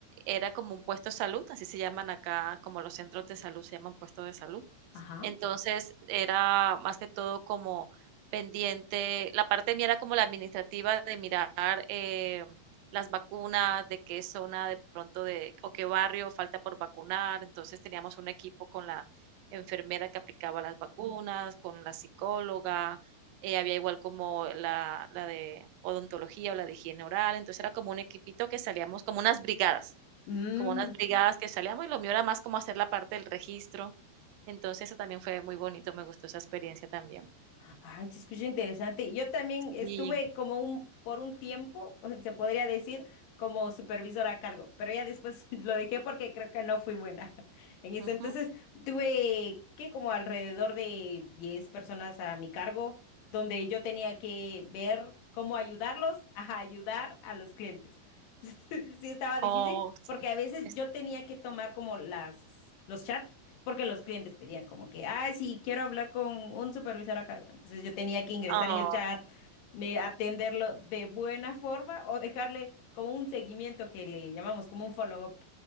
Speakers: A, on the right; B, on the left.
A: era como un puesto de salud, así se llaman acá, como los centros de salud se llaman puestos de salud.
B: Ajá.
A: Entonces era más que todo como pendiente, la parte mía era como la administrativa de mirar eh, las vacunas, de qué zona de pronto de, o qué barrio falta por vacunar. Entonces teníamos un equipo con la enfermera que aplicaba las vacunas, con la psicóloga, eh, había igual como la, la de odontología o la de higiene oral, entonces era como un equipito que salíamos como unas brigadas
B: Mm,
A: como unas brigadas que salíamos y lo mío era más como hacer la parte del registro. Entonces, eso también fue muy bonito, me gustó esa experiencia también.
B: Ay, se escucha interesante. Yo también estuve
A: Sí,
B: como un, por un tiempo, o sea, se podría decir, como supervisora a cargo, pero ya después <laughs> lo dejé porque creo que no fui buena <laughs> en eso.
A: ujú.
B: Entonces, tuve que como alrededor de 10 personas a mi cargo, donde yo tenía que ver cómo ayudarlos <laughs> a ayudar a los clientes. <laughs> Sí estaba difícil
A: Oh, sí.
B: porque a veces
A: Es
B: yo tenía que tomar como las, los chats porque los clientes pedían como que, ay, sí, quiero hablar con un supervisor a cargo. Entonces yo tenía que ingresar
A: oh,
B: en el chat, me- atenderlo de buena forma o dejarle como un seguimiento que le llamamos como un follow-up.